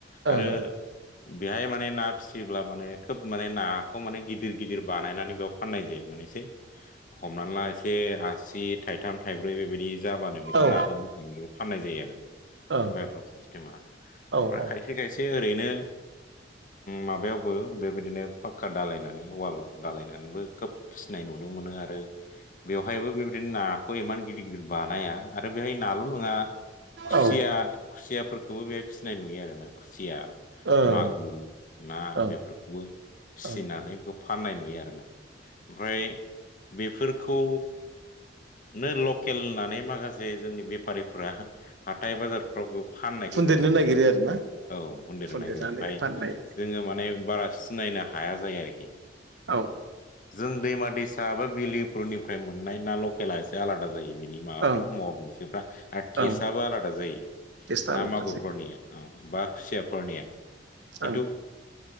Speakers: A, on the right; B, on the left.
A: ओं
B: आरो बेहाय माने ना फिसियोब्ला माने खोब माने नाखौ माने गिदिर गिदिर बानायनानै बेयाव फाननाय जायो मोनसै हमनानै ला एसे आसि थाइथाम थाइब्रै बेबायदि जाबानो बेखौ
A: औ
B: नाखौ बोखांखौ फाननाय जायो आरो बे
A: ओं
B: बायक्लक सिस्टेमा
A: औ औ ओं
B: ओमफ्राय खायसे
A: औ
B: खायसे ओरैनो माबायावबो बेबायदिनो पाक्का दालायनानै वाल दालायनानैबो खोब सिनाय नु नुनो मोनो आरो बेवहायबो बेबायदिनो नाखौ इमान गिदिर गिदिर बानाया आरो बेहाय नाल' नङा खुसिया
A: औ
B: खुसियाफोरखौबो बेहाय फिसिनाय नुयो आरोना खुसिया
A: ओं
B: मागुर ना
A: ओं
B: बेफोरखौबो फिसिनानै
A: ओं
B: फाननाय नुयो आरोना ओमफ्राय बेफोरखौ नो लकेल होननानै माखासे जोंनि बेफारिफ्रा हाथाय बाजारफ्रावबो फाननायखौ
A: फुनदेरनो
B: जों नुनो
A: नागिरो
B: मोनो आरो
A: ना
B: औ मन्दिराव
A: फुनदेरनानै
B: नायागिरो ओमफ्राय
A: फाननाय
B: जोङो माने बारा सिनायनो हाया जायो आरोखि
A: औ
B: जों दैमा दैसा एबा बिलोफोरनिफ्राय मोननाय ना लकेला एसे आलादा जायो बिनि माबा
A: ओं
B: फ्रा महर मुसिफ्रा आरो तेस
A: ओं
B: आबो आलादा जायो
A: टेस्टआ
B: ना
A: आलादासै
B: मागुरफोरनिया औ बा खुसियाफोरनिया खिन्थु
A: ओं